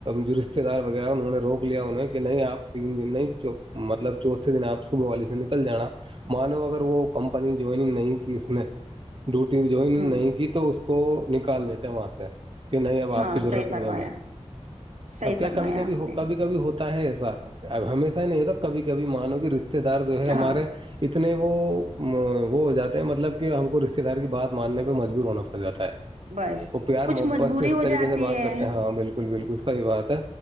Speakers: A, on the right; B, on the right.
A: جو رشتے دار وغیرہ انہوں نے روک لیا انہیں کہ نہیں آپ تین دن نہیں مطلب چوتھے دن آپ صبح والی سے نکل جانا مانو اگر وہ کمپنی جوائننگ نہیں کی اس نے ڈیوٹی جوائنگ
B: ہوں
A: نہیں کی تو تو نکال لیتے ہیں وہاں سے کہ نہیں اب آپ
B: ہاں
A: کی ضرورت
B: صحیح فرمایا
A: نہیں ہے ہمیں
B: صحیح
A: اب کیا
B: فرمایا
A: کبھی کبھی
B: آپ
A: ہو
B: نے
A: کبھی کبھی ہوتا ہے ایسا اب ہمیشہ ہی نہیں ہوتا کبھی کبھی مانو کی رشتے رشتے دار جو ہے ہمارے
B: ہاں
A: اتنے وہ وہ ہو جاتے ہیں مطلب کہ ہم کو رشتے دار کی بات ماننے پہ مجبور ہونا پڑ جاتا ہے
B: بس
A: وہ پیار
B: کچھ
A: محبت
B: مجبوری
A: سے اس
B: ہو
A: طریقے
B: جاتی
A: سے بات
B: ہے
A: کرتے ہیں ہاں بالکل بالکل صحی بات ہے